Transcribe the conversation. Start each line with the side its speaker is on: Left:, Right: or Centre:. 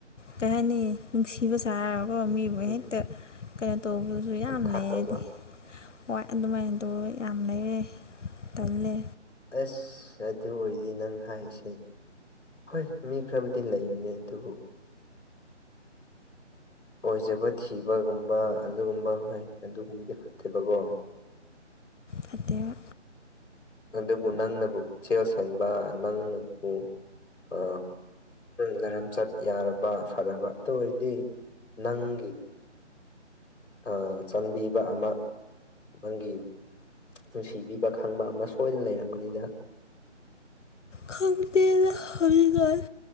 Left: ꯀꯩꯍꯥꯏꯅꯤ ꯅꯤꯡꯁꯤ ꯅꯨꯡꯁꯤꯕ ꯁꯥꯔ ꯀꯣ ꯃꯤꯕꯨ
Centre: ꯎꯝ
Left: ꯍꯦꯛꯇ
Centre: ꯎꯝ
Left: ꯀꯩꯅꯣ ꯇꯧꯕꯖꯨ ꯌꯥꯝ
Centre: ꯊꯥꯛ
Left: ꯂꯩꯌꯦꯗꯤ꯫
Centre: ꯇꯧꯕ
Left: ꯍꯣꯏ ꯑꯗꯨꯃꯥꯏꯅ ꯇꯧꯕ ꯌꯥꯝ ꯂꯩꯌ‌ꯦ ꯇꯜꯂꯦ꯫
Centre: ꯑꯁ ꯑꯗꯨ ꯑꯣꯏꯗꯤ ꯅꯪ ꯍꯥꯏꯁꯦ꯫ ꯍꯣꯏ ꯃꯤ ꯈꯔꯕꯨꯗꯤ ꯂꯩꯕꯅꯦ ꯑꯗꯨꯕꯨ꯫ ꯑꯣꯏꯖꯕ ꯊꯤꯕꯒꯨꯝꯕ ꯑꯗꯨꯒꯨꯝꯕ ꯍꯣꯏ ꯑꯗꯨꯒꯨꯝꯕꯗꯤ ꯐꯠꯇꯦꯕꯀꯣ꯫
Left: ꯐꯠꯇꯦꯕꯥ꯫
Centre: ꯑꯗꯨꯕꯨ ꯅꯪꯅꯕꯨ ꯄꯨꯛꯆꯦꯜ ꯁꯦꯡꯕ ꯅꯪꯅꯕꯨ ꯑ ꯅꯔꯝꯆꯠ ꯌꯥꯔꯕ ꯐꯔꯕ ꯑꯗꯨ ꯑꯣꯏꯔꯗꯤ ꯅꯪꯒꯤ꯫ ꯑ ꯆꯥꯟꯕꯤꯕ ꯑꯃ ꯅꯪꯒꯤ꯫ ꯅꯨꯡꯁꯤꯕꯤꯕ ꯈꯪꯕ ꯑꯃ ꯁꯣꯏꯗꯅ ꯂꯩꯔꯝꯒꯅꯤꯗ꯫
Left: ꯈꯪꯇꯦꯗ꯫ ꯍꯧꯖꯤꯛꯀꯥꯟꯁ‌ꯦ